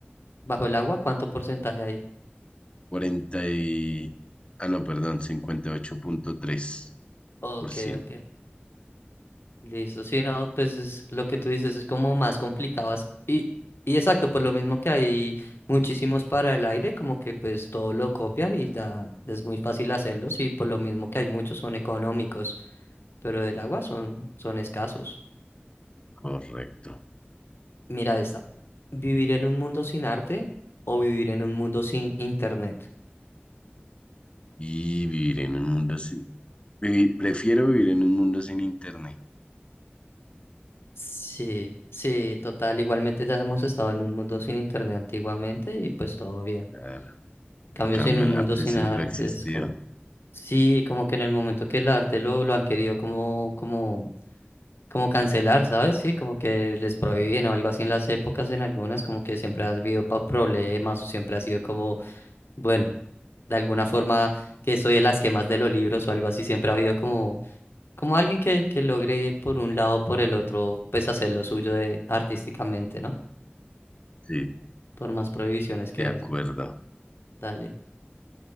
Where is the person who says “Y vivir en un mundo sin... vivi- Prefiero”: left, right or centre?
Left